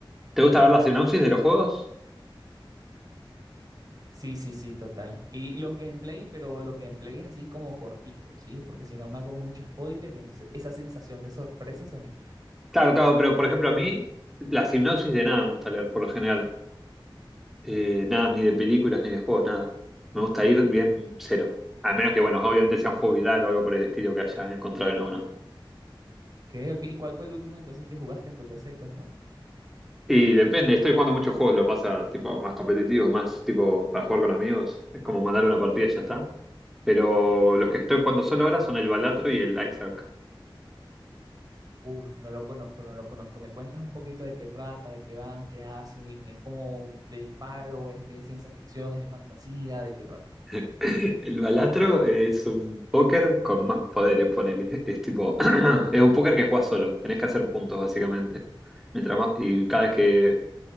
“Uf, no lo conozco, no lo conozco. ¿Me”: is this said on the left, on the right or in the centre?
Right